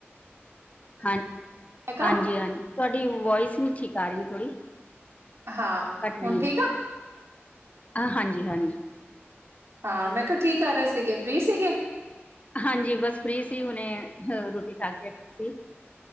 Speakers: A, on the left; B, on the right.
A: ਹਾਂ
B: ਮੈਂ ਕਿਹਾ
A: ਹਾਂਜੀ ਹਾਂਜੀ ਤੁਹਾਡੀ ਵੋਇਸ ਨਹੀਂ ਠੀਕ ਆ ਰਹੀ ਹੈ ਥੋੜ੍ਹੀ
B: ਹਾਂ
A: ਕੱਟ ਰਹੀ
B: ਹੁਣ ਠੀਕ
A: ਹੈ!
B: ਆ?
A: ਹਾਂਜੀ ਹਾਂਜੀ
B: ਹਾਂ ਮੈਂ ਕਿਹਾ ਕੀ ਕਰ ਰਹੇ ਸੀਗੇ, ਫ੍ਰੀ ਸੀਗੇ।
A: ਹਾਂਜੀ ਬਸ ਫ੍ਰੀ ਸੀ ਹੁਣੇ ਰੋਟੀ ਖਾ ਕੇ ਹਟੀ ਸੀ।